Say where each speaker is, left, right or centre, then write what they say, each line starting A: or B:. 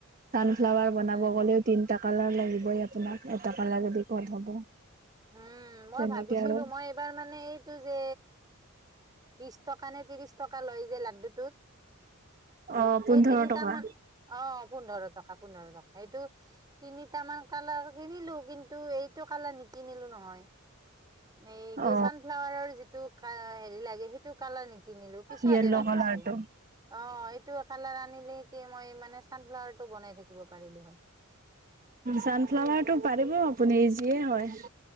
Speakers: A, on the right; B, on the right.
A: ছানফ্লাৱাৰ
B: সেইকাৰণে
A: বনাব গ'লেও তিনটা কালাৰ লাগি আপোনাক এটা কালাৰেদি ক'ত হ'ব।
B: উম, মই
A: তেনেকে
B: ভাবিছিলো
A: আৰু
B: মই এইবাৰ মানে এইটো যে। বিশ টকা নে ত্ৰিশ টকা লয় যে লাড্ডুটোত।
A: অ পোন্ধৰ
B: সেই তিনিটামান
A: টকা
B: অ', পোন্ধৰ টকা, পোন্ধৰ টকা সেইটো তিনিটামান কালাৰ কিনিলো কিন্তু এইটো কালাৰ ন কিনিলো নহয়। মে
A: অ
B: কি চানফ্লাৱাৰৰ যিটো। কা হেৰি লাগে সেইটো কালাৰ নেক কিনিলো পিছতে
A: য়েল্ল'
B: ভাবিছো
A: কালাৰটো
B: অ',। টো কালাৰ আনিলে কি মই মানে চানফ্লাৱাৰ টো বনাই থাকিব পাৰিলো হয়।
A: ছানফ্লাৱাৰটো পাৰিব আপুনি ইজিয়ে হয়।